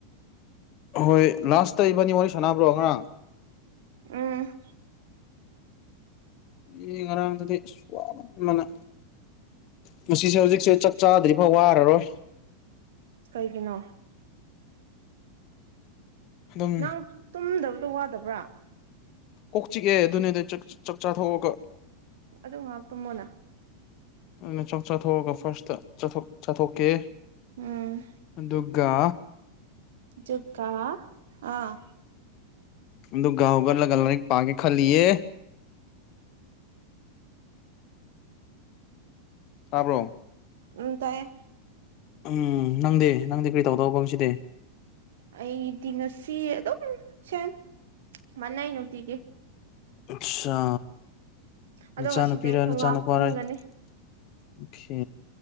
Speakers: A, on the left; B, on the right.
A: ꯍꯣꯏ ꯂꯥꯁꯇ ꯏꯕꯅꯤ ꯋꯥꯔꯤ ꯁꯥꯟꯅꯕ꯭ꯔꯣ ꯉꯔꯥꯡ
B: ꯎꯝ
A: ꯑꯩ ꯉꯔꯥꯡꯗꯗꯤ ꯋꯥꯃꯟꯕꯅ ꯄꯨꯟꯁꯤꯁꯦ ꯍꯧꯖꯤꯛꯁꯦ ꯆꯥꯛ ꯆꯥꯗ꯭ꯔꯤ ꯐꯥꯎ ꯋꯥꯔꯔꯣꯏ
B: ꯀꯅꯣ <unintelligible>
A: ꯑꯗꯨꯝ
B: ꯅꯪ ꯇꯨꯝꯗꯕꯗꯣ ꯋꯥꯗꯕ꯭ꯔꯥ
A: ꯀꯣꯛ ꯆꯤꯛꯑꯦ ꯑꯗꯨꯅꯦꯗ ꯆꯥꯛ ꯆꯥꯊꯣꯛꯑꯒ
B: ꯑꯗꯨ ꯉꯥꯏꯍꯥꯛꯇꯨꯝꯃꯣꯅ
A: ꯑꯗꯨꯅ ꯆꯥꯛ ꯆꯥꯊꯣꯛꯑꯒ ꯐꯥꯔꯁꯇ ꯆꯠꯊꯣꯛꯀꯦ
B: ꯎꯝ
A: ꯗꯨꯒꯥ
B: ꯖꯨꯀꯥ ꯑꯥ
A: ꯗꯨꯒꯥꯎꯒꯔ ꯂꯏꯔꯤꯛ ꯄꯥꯒꯦ ꯈꯜꯂꯤꯌꯦ ꯇꯥꯕ꯭ꯔꯣ
B: ꯎ ꯇꯥꯏꯌꯦ
A: ꯎꯝ ꯅꯪꯗꯤ ꯅꯪꯗꯤ ꯀꯔꯤ ꯇꯧꯗꯧꯕ ꯉꯥꯁꯤꯗꯤ
B: ꯑꯩ ꯇꯅꯁꯤ ꯑꯗꯨ ꯑꯗꯨꯝ ꯆ ꯃꯅꯏ ꯅ ꯎꯇꯦ
A: ꯑꯆꯥ
B: ꯑꯗꯣ
A: ꯅꯆꯥꯥꯅ
B: ꯉꯁꯤꯗꯤ
A: ꯄꯤꯔ
B: ꯑꯩꯁꯨ
A: ꯅꯆꯥꯥꯅ
B: ꯉꯥꯏꯍꯥꯛ
A: ꯄꯥꯔꯣꯏ
B: ꯇꯨꯝꯒꯅꯤ
A: ꯑꯣꯀꯥꯏ